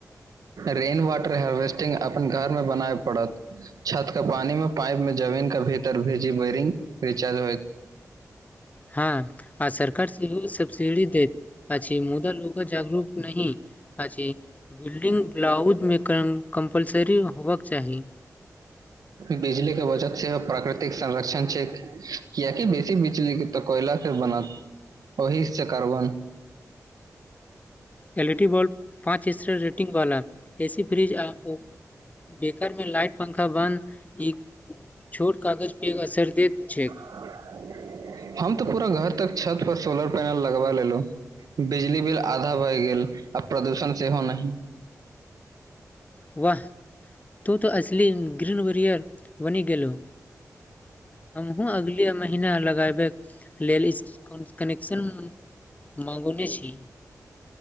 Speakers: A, on the right; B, on the left.
A: रेन वाटर हार्वेस्टिंग अपन घरमे बनाबे पड़त छत के पानी मे पाइप मे जमीन के भीतर भीजी बरिंग रिचार्ज होय।
B: हँ आ सरकार सेहो सब्सिडी दैत अछि। मुदा लो जागरूक नहि अछि बिल्डिंग ब्लाउज मे कम कम्पलसरी होबक चाही।
A: बिजली के वजत से प्राकृतिक संरक्षण छै। कियकि बेसी बिजली के तऽ कोयला फेर बनत ओहि से कार्बन
B: एल ईडी बल्ब पाँच स्टार रेटिंग वाला एसी फ्रिज आ ओ बेकारमे लाइट पंखा बन्द ई छोट कागजपे असर दैत छैक।
A: <inaudible> हम तऽ पूरा घर तक छत पर सोलर पैनल लगबा लेलौ बिजली बिल आधा भए गेल आ प्रदूषण सेहो नहि
B: वाह तो तऽ असली ग्रीन वरियर बनी गेलहु हमहुँ अगले महीना लगैबे लेली कनेक्शन माँगौने छी